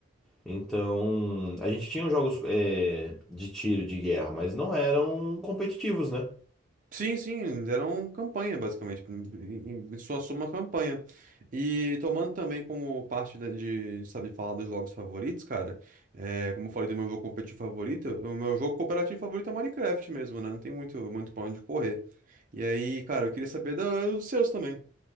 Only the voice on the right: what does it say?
Sim, sim, deram campanha, basicamente. Em em- sua soma, campanha. E tomando também como parte da- de, sabe, falar dos jogos favoritos, cara, é, como eu falei do meu jogo competitivo favorito, o meu jogo cooperativo favorito é Minecraft mesmo, né? Não tem muito, muito pra onde correr. E aí, cara, eu queria saber do- dos seus também.